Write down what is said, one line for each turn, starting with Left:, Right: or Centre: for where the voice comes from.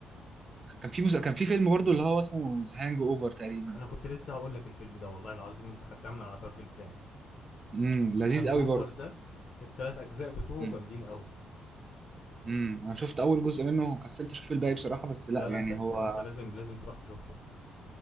Right: كان في مس... كان في فيلم برضو اللي هو اسمه ذا هانج اوفر تقريبا
Left: انا كنت لسه هقول لك الفيلم ده والله العظيم انت خدتها من على طرف لساني
Right: امم لذيذ
Left: هانجوفر
Right: قوي برضو
Left: ده التلات اجزاء بتوعه
Right: امم
Left: جامدين قوي
Right: امم انا شفت اول جزء منه وكسلت اشوف الباقي بصراحه بس
Left: لا
Right: لا
Left: لا
Right: يعني
Left: انت انت
Right: هو
Left: انت لازم لازم تروح تشوفهم